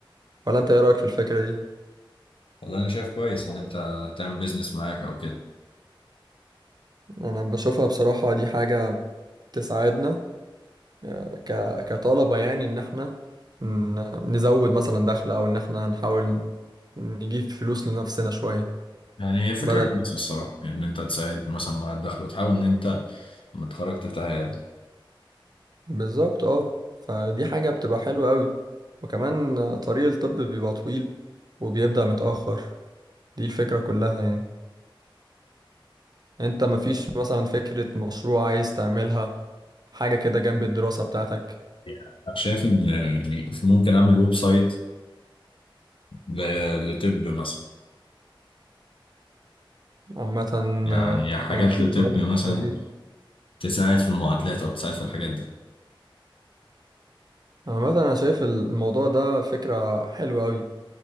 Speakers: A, on the right; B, on the left.
A: ولا انت ايه رأيك في الفكرة دي
B: والله أنا شايف كويس إن أنت تعمل بيزنس معاك أو كده
A: انا بشوفها بصراحة دي حاجة تساعدنا آه، ك... كطلبة يعني ان احنا ن- نزود مثلا دخل او ان احنا نحاول نجيب فلوس لنفسنا شوية
B: يعني هي فكرة
A: بدل
B: كويسة الصراحة يعني إن أنت تساعد مثلا مع الدخل وتحاول إن أنت لما تتخرج تفتح عيادة
A: بالظبط اه فدي حاجة بتبقى حلوة قوي وكمان آه، طريق الطب بيبقى طويل وبيبدأ متأخر دي الفكرة كلها يعني انت مفيش مثلا فكرة مشروع عايز تعملها حاجة كده جنب الدراسة بتاعتك
B: أنا شايف إن يعني ممكن أعمل ويب سايت ل- لطب مثلا
A: عامة
B: يعني
A: آه،
B: حاجات
A: انا بشوف
B: لطب
A: بصراحة
B: مثلا
A: الفكرة دي
B: تساعد في المعادلات أو تساعد في الحاجات دي
A: عامة أنا شايف الموضوع ده فكرة حلوة أوي